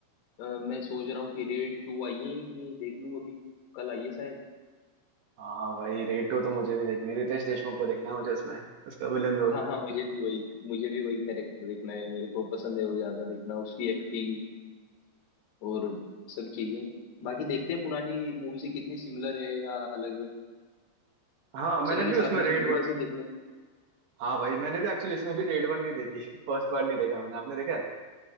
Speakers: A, on the left (about 60°); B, on the right (about 65°).
A: मैं सोच रहा हूँ कि रेड टू आई है ये देख लूँ अभी कल आई है शायद
B: हाँ भाई रेड टू तो मुझे भी देखनी है रितेश देशमुख को देखना है मुझे उसमें उसका विलन रोल
A: हाँ
B: में
A: हाँ मुझे भी वही मुझे भी वही कैरेक्टर देखना है मेरे को पसंद है वो ज्यादा देखना उसकी एक्टिंग और सब चीजें बाकी देखते हैं पुरानी मूवी से कितनी सिमिलर है या अलग है
B: हाँ मैंने
A: चलेंगे
B: भी
A: साथ
B: उसमें
A: में
B: रेड
A: चलेंगे
B: वन
A: वैसे देखने
B: हाँ भाई मैंने भी एक्चुअली इसमें भी रेड वन नहीं देखी <laughs> फर्स्ट पार्ट नहीं देखा मैंने आपने देखा है